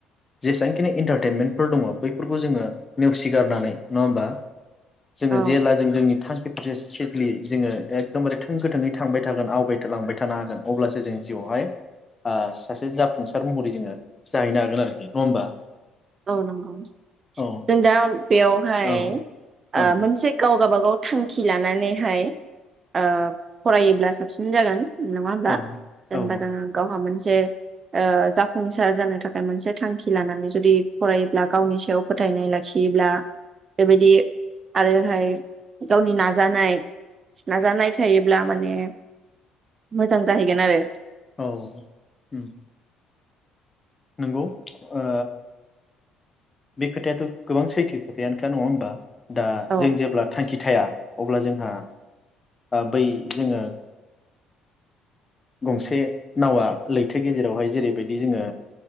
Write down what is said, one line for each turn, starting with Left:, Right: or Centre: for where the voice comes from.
Left: जेसेबांखिनि इन्टारटेनमेन्टफोर दङ बैफोरखौ जोङो नेवसिगारनानै नङा होमबा जोङो
Right: औ
Left: जेला जों जोंनि थांख <unintelligible> जोङो एकदमबारे थों गोथोङै थांबाय था थागोन आवगाय लांबाय थानो हागोन अब्लासो जों जिउआवहाय ओ सासे जाफुंसार महरै जोङो जाहैनो हागोन आरोखि नङा होमबा
Right: औ नंगौ
Left: औ
Right: जों दा बेयावहाय
Left: औ ओं
Right: ओ मोनसे गाव बा गाव थांखि लानानैहाय ओ फरायोब्ला साबसिन जागोन नङा होमबा
Left: ओं
Right: जेनबा
Left: औ
Right: जोङो गावहा मोनसे ओ जाफुंसार जानो थाखाय मोनसे थांखि लानानै जुदि फरायोब्ला गावनि सायाव फोथायनाय लाखियोब्ला बेबायदि आरोहाय गावनि नाजानाय नाजानाय थायोब्ला माने मोजां जाहैगोन आरो
Left: औ उम नंगौ ओ बे खोथायाथ' गोबां सैथो खोथायानोखा नङा होमबा? दा
Right: औ
Left: जों जेब्ला थांखि थाया अब्ला जोंहा बा बै जोङो गंसे नावा लैथो गेजेरावहाय जेरैबायदि जोङो